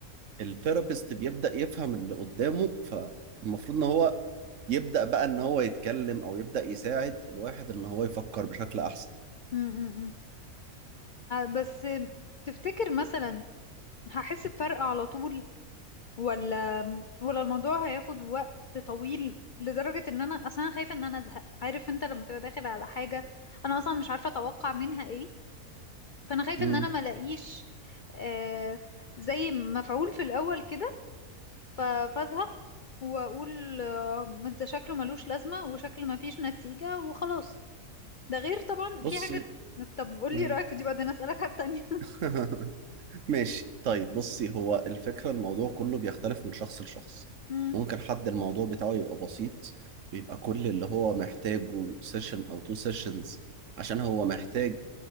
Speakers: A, on the right; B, on the left.
A: الثيرابيست بيبدأ يفهم اللي قدامه فالمفروض ان هو يبدأ بقى ان هو يتكلم او يبدأ يساعد الواحد ان هو يفكر بشكل احسن
B: امم بس تفتكر مثلا هحس بفرق على طول ولا ولا الموضوع هياخد وقت طويل لدرجة ان انا اصلا خايفة ان انا ازهق عارف انت لما تبقى داخل على حاجة انا اصلا مش عارفة اتوقع منها ايه فانا خايفة
A: امم
B: ان انا ما الاقيش آه زي مفعول في الاول كده ف- فازهق واقول آه، ما ده شكله ملوش لازمة وشكل ما فيش نتيجة وخلاص ده غير طبعا
A: بصي
B: في حاجة طب قولي
A: مم.
B: رأيك في دي بعدين أسألك على التانية
A: <laughs> ماشي طيب بصي هو الفكرة الموضوع كله بيختلف من شخص لشخص
B: <laughs> مم.
A: ممكن حد الموضوع بتاعه يبقى بسيط بيبقى كل اللي هو محتاجه سيشن او تو سيشنز عشان هو محتاج